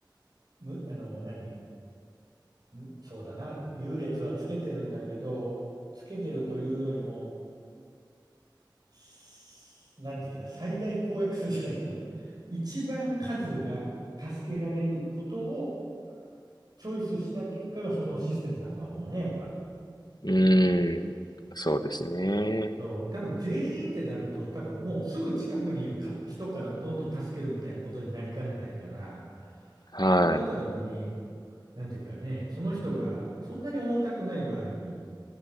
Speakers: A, on the right (about 55°); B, on the left (about 55°).
A: む、あの、何、む、そうだな、優劣はつけてるんだけど、つけてるというよりも、すなんていうか、最大公約数じゃないけど、一番数が助けられることをチョイスした結果がそのシステムだとは思うね、やっぱ。
B: うん。そうですね。
A: そう、多分全員ってなると、多分もうすぐ近くにいるか人からどんどん助けるみたいなことになりかねないから、
B: は
A: そうなった時に、なんていうかね、その人がそんなに重たくない場合に、